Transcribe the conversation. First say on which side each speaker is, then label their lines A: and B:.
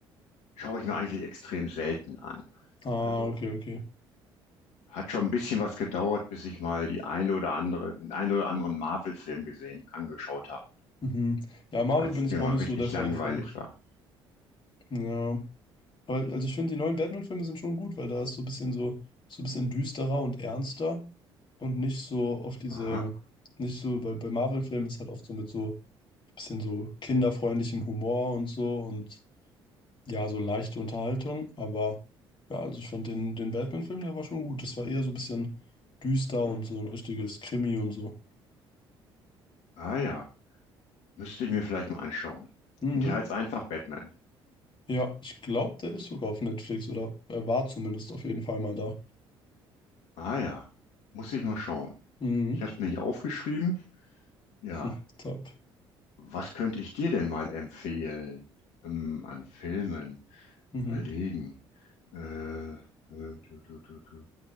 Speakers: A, on the left (about 60°); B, on the left (about 35°).
A: schaue ich mir eigentlich extrem selten an.
B: Ah,
A: Also
B: okay, okay.
A: hat schon ein bisschen was gedauert, bis ich mal die eine oder andere, den einen oder anderen Marvel-Film gesehen, angeschaut habe,
B: Mhm. Ja, Marvel
A: als
B: bin
A: es
B: ich
A: mir
B: auch
A: mal
B: nicht
A: richtig
B: so der Fan
A: langweilig
B: von.
A: war.
B: Ja. Aber also ich finde, die neuen Batman-Filme sind schon gut, weil da ist so ein bisschen so, so ein bisschen düsterer und ernster und nicht so auf diese,
A: Aha.
B: nicht so, weil bei Marvel-Filmen ist halt oft so mit so bisschen so kinderfreundlichem Humor und so und ja, so leichte Unterhaltung. Aber ja, also ich fand den, den Batman-Film, der war schon gut. Das war eher so ein bisschen düster und so ein richtiges Krimi und so.
A: Ah ja. Müsste ich mir vielleicht mal anschauen.
B: Mhm.
A: Und der heißt einfach Batman.
B: Ja, ich glaube, der ist sogar auf Netflix oder er war zumindest auf jeden Fall mal da.
A: Ah ja. Muss ich mal schauen.
B: Mhm.
A: Ich habe es mir hier aufgeschrieben. Ja.
B: <laughs> Hm, Top.
A: Was könnte ich dir denn mal empfehlen? Ähm, an Filmen.
B: Mhm.
A: Überlegen.
B: <laughs>
A: Äh, äh, du, du, du, du.